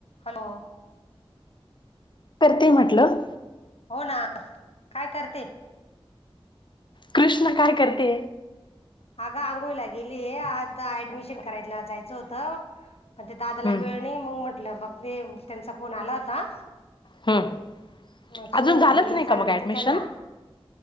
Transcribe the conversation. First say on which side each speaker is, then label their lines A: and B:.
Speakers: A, on the left; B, on the left.
A: Hello
B: करतेय म्हटलं
A: हो ना, काय करते?
B: कृष्ण काय करते?
A: अ आंघोळीला गेली आता ऍडमिशन कराय जायचं होत पण ते दादाला
B: हम्म
A: वेळ नाही मग म्हंटलं बघ ते त्यांचा फोन आला होता.
B: हम्म
A: मग
B: अजून
A: सोमवारी
B: झालंच नाही का
A: सांगितले
B: मग ऍडमिशन
A: त्यांना